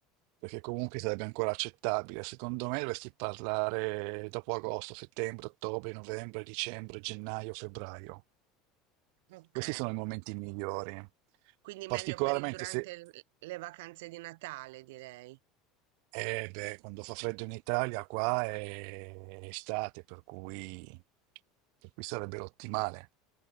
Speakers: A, on the right (about 60°); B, on the right (about 75°).
A: perché comunque sarebbe ancora accettabile. Secondo me dovresti parlare dopo agosto, settembre, ottobre, novembre, dicembre, gennaio, febbraio.
B: Ok.
A: Questi sono i momenti migliori.
B: Quindi meglio
A: Particolarmente
B: per durante
A: se
B: il- le vacanze di Natale, direi.
A: Eh beh, quando fa freddo in Italia, qua è estate, per cui, per cui sarebbe l'ottimale.